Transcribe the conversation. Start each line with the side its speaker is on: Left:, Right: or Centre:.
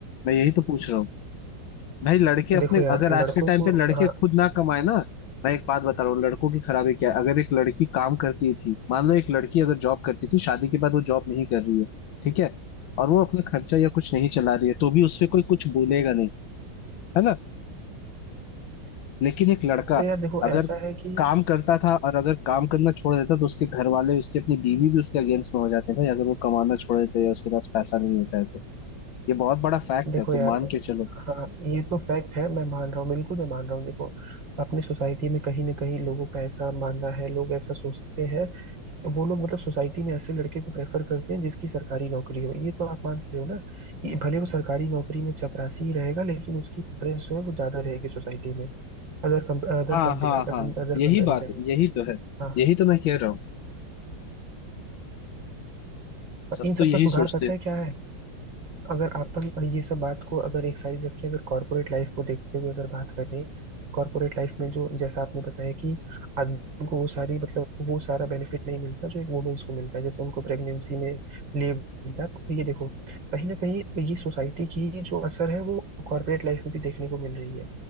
Left: मैं यही तो पूछ रहा हूँ भाई लड़के अपने
Right: देखो यार
Left: अगर आज
Right: लड़कों
Left: के टाइम
Right: को
Left: पे लड़के
Right: हाँ
Left: खुद ना कमाए ना मैं एक बात बता रहा हूँ लड़कों की खराबी क्या है अगर एक लड़की काम करती थी मान लो एक लड़की अगर जॉब करती थी शादी के बाद वो जॉब नहीं कर रही है ठीक है और वो अपना खर्चा या कुछ नहीं चला रही है तो भी उस पे कोई कुछ बोलेगा नहीं है ना लेकिन एक लड़का
Right: तो यार देखो
Left: अगर
Right: ऐसा है कि
Left: काम करता था और अगर काम करना छोड़ देता तो उसके घर वाले उसकी अपनी बीवी भी उसके अगेंस्ट में हो जाते हैं भाई अगर वो कमाना छोड़ देते या उसके पास पैसा नहीं होता है तो ये बहुत बड़ा फैक्ट
Right: देखो
Left: है तो
Right: यार
Left: मान के चलो
Right: हाँ ये तो फैक्ट है मैं मान रहा हूँ बिल्कुल मैं मान रहा हूँ देखो अपने सोसाइटी में कहीं ना कहीं लोगों का ऐसा मानना है लोग ऐसा सोचते हैं तो वो लोग मतलब सोसाइटी में ऐसे लड़के को प्रेफर करते हैं जिसकी सरकारी नौकरी हो ये तो आप मान रहे हो ना कि भले वो सरकारी नौकरी में चपरासी ही रहेगा लेकिन उसकी प्रेस जो है वो ज्यादा रहेगी सोसाइटी में Other other
Left: हाँ
Right: compare
Left: हाँ हाँ
Right: other
Left: यही
Right: comparison
Left: बात
Right: में
Left: यही तो है
Right: हाँ
Left: यही तो मैं कह रहा हूँ
Right: पर
Left: सब
Right: इन
Left: तो
Right: सब
Left: यही
Right: का सुधार
Left: सोचते
Right: पता
Left: हैं
Right: है क्या है अगर अपन ये सब बात को अगर एक साइड रख के अगर कॉर्पोरेट लाइफ को देखते हुए अगर बात करें कॉर्पोरेट लाइफ में जो जैसा आपने बताया कि आदमी को वो सारी मतलब वो सारा बेनिफिट नहीं मिलता जो एक वुमेन्स को मिलता है जैसे उनको प्रेगनेंसी में लीव मिलता है तो ये देखो कहीं ना कहीं ये सोसाइटी की ही जो असर है वो कॉर्पोरेट लाइफ में भी देखने को मिल रही है